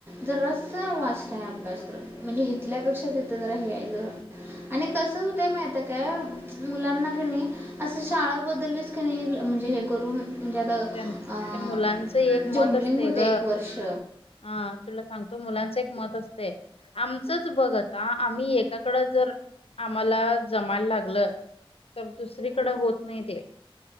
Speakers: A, on the right; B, on the left.
A: जरास वास्ट हाय अभ्यासक्रम म्हणजे हेतल्यापेक्षा तिथं जरा हे आहे गं. आणि कसं होतंय माहित काय मुलांना कणी असं शाळाबदलीस कणी म्हणजे हे करून म्हणजे आता
B: त्यां मुलांचं एक
A: जम्बलिंग
B: मत असते
A: होतं
B: ग
A: एक वर्ष
B: हा तुला सांगतो मुलांच एक मत असते आमचच बघ आता आम्ही एकाकड जर आम्हाला जमायला लागल तर दुसरीकड होत नाही ते.